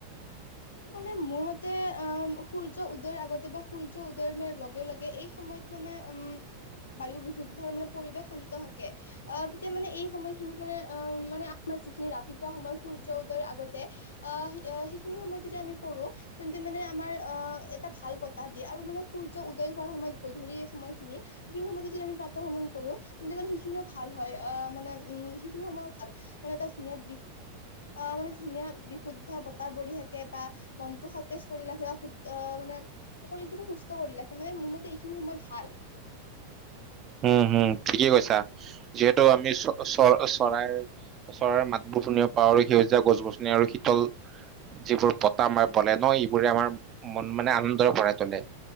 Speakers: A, on the left (about 70°); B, on the right (about 30°).
A: মানে মোৰ মতে অ সূৰ্য উদয়ৰ আগতে বা সূৰ্য উদয় ম লগে লগে এই সময়ত মানে উম বায়ু বিশুদ্ধৰ মানে পৰিৱেশ শান্ত থাকে আহ তেতিয়া মানে এই সময়খিনিত মানে আহ মানে আমাৰ। যিখিনি ৰাতিপুৱা সময় সূৰ্য উদয়ৰ আগতে আহ সেইখিনি সময়ত যদি আমি কৰো তেন্তে মানে আমাৰ অ এটা ভাল বতাহ দিয়ে আৰু মানে সূৰ্য উদয় হোৱাৰ সময়ত গধূলি সেইখিনি সময় যি ভ্ৰমন কৰো তে মানে সেইখিনিও ভাল হয় মানে উম সেইখিনি সময় ভাল মানে এটা ধুনীয়া বি মানে ধুনীয়া বিশুদ্ধ বতাপ মনটো সতেজ কৰি ৰাখে বা ম এইখিনি সময় ভাল
B: উম হম ঠিকেই কৈছা যিহেতু আমি চ চ চৰাইৰ চৰৰ মাতবোৰ ধুনীয়া পাওঁ আৰু সেউজীয়া গছ গছনি আৰু শীতল যিবোৰ বতাহ আমাৰ বলে ন এইবোৰে আমাৰ মন মানে আনন্দৰে ভই তোলে